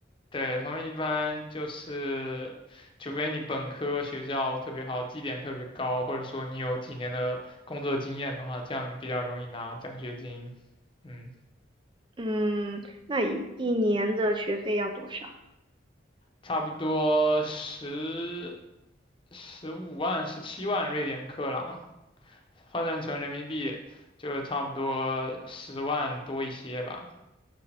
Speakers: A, on the left; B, on the right.
A: 对，他们一般就是，除非你本科学校特别好，绩点特别高，或者说你有几年的工作经验的话，这样比较容易拿奖学金。嗯，
B: 嗯，那一一年的学费要多少？
A: 差不多十十五万、十七万瑞典克朗，换算成人民币就差不多十万多一些吧。